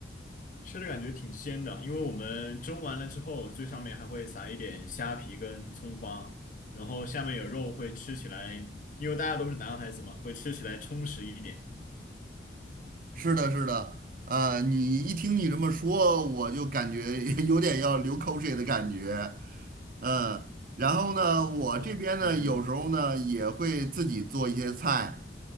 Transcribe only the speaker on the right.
是的，是的，呃，你一听你这么说，我就感觉 <laughs> 有点要流口水的感觉。嗯，然后呢，我这边呢，
有时候呢也会自己做一些菜，